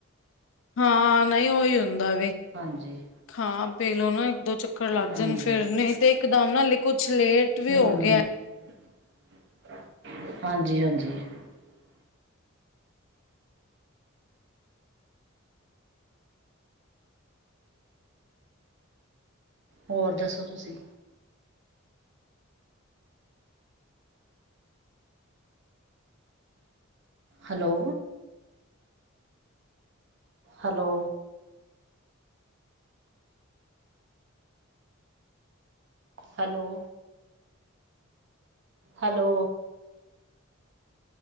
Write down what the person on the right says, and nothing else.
ਹਾਂਜੀ
ਹਾਂਜੀ
ਹੂੰ
<unintelligible> ਹੋਰ ਦੱਸੋ ਤੁਸੀਂ hello hello hello hello